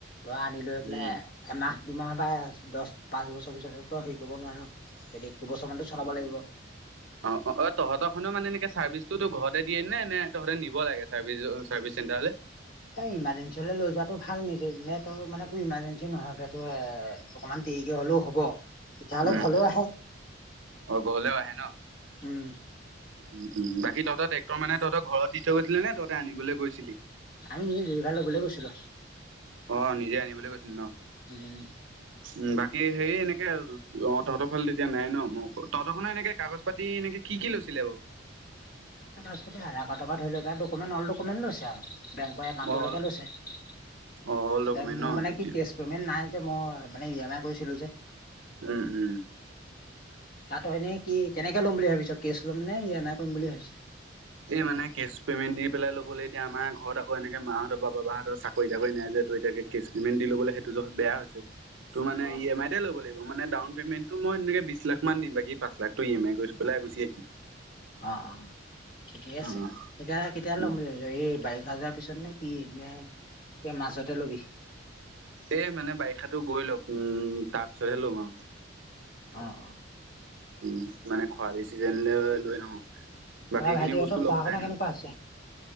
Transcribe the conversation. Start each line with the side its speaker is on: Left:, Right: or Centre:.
Left: তই আনি লৈ পেলাই
Right: উম
Left: এমাহ, দুমাহ বা দ'হ, পাঁচ বছৰ পিছত আকৌ হেৰি কৰিব নোৱাৰে ন। দুবছৰ মানটো চলাব লাগিব।
Right: অঁ', -অঁ', -অ', তহঁতৰ খনেও মানে এনেকে চাৰ্ভিছটো ঘৰতে দিয়ে নে, নে তহঁতে নিব লাগে- চাৰ্ভিছ, চাৰ্ভিছ চেণ্টাৰলে?
Left: এ' ইমাৰ্জেঞ্চি হ'লে লৈ যোৱাটো ভাল, নিজেই এনেইটো মানে ত' ইমাৰ্জেঞ্চি নোহোৱাকে তো এ- অকণমান দেৰিকে হ'লেও হ'ব তেতিয়াহ'লে
Right: উম
Left: ঘৰলে আহে।
Right: অ' ঘৰলেও আহে ন?
Left: উমঁ।
Right: উমঁ-উমঁ, বাকী' তহঁতৰ ট্ৰে্ক্টৰ মানে তহঁতৰ ঘৰত দি থৈ গৈছিলে নে তহঁতে আনিবলৈ গৈছিলি?
Left: আমি নিজেই আনিবলৈ বুলি গৈছিলো।
Right: অঁ', -নিজে আনিবলৈ গৈছিল ন।
Left: উমঁ।
Right: উমঁ, বাকী হেৰি এনেকে অঁ', -তহঁতৰ ফালে তেতিয়া নাই ন' উম' তহঁতৰখনে এনেকে কাগজ- পাটি এনেকে কি কি লৈছিলে বাৰু?
Left: তাৰ কাগজ-পাটি আধা কাৰ্ডৰ পৰা ধৰি লওঁক অ'লদকমেট লৈছে আৰু। বেংকৰ একাউন্ট
Right: অল
Left: টোলৈকে লৈছে। ত'
Right: অ', অল ডকুমেণ্ট
Left: মোৰ
Right: ন
Left: মানে
Right: তেতিয়া
Left: কি কেছ- পেমেণ্ট নাই যে, মই মানে ই এম আই কৰিছিলোঁ যে।
Right: উমঁ-উমঁ।
Left: তা'ত হয় নে কি কেনেকে ল'ম বুলি ভাবিছ? কেছ ল'ম নে ই এম আই কৰিম বুলি ভাবিছ?
Right: এই মানে কেছ পেমেণ্ট দি পেলাই ল'বলে এতিয়া আমাৰ ঘৰত আকৌ এনেকে মাহঁতৰ বা বাবাহঁতৰ চাকৰি-বাকৰি নাই যে, ত' এতিয়া সেই- কেচ পেমেণ্ট দি ল'বলৈ সেইটো জহত বেয়া হৈছে। ত' মানে
Left: অ
Right: ই এম আই- টোকে ল'ব লাগিব, মানে ডাউন পেমেণ্টটো মই এনেকে বিশ লাখ মান দিম। বাকী' পাঁচ লাখটো ই এম আই কৰি থয় পেলাই গুচি আহিম।
Left: অঁহ', -অঁহ', -ঠিকেই আছে।
Right: অ',
Left: এতিয়া কেতিয়া ল'ম
Right: উম,
Left: বুলি ভাবিছ, এই বাৰিষা যোৱাৰ পিছত নে- কি নে এই মাজতে লবি?
Right: এ' মানে বাৰিষাতো গৈ লওঁক, উমঁ' তাৰ পিছত'হে লম আৰু।
Left: অঁহ', -অঁহ',।
Right: উমঁ, মানে খৰালি চিজন লৈ অঁ',
Left: তাৰপা
Right: বাকী
Left: ভাইটিহঁতৰ
Right: খিনি বস্তু
Left: পঢ়া
Right: লগতে
Left: শুনা
Right: আনিম।
Left: কেনেকুৱা হৈছে?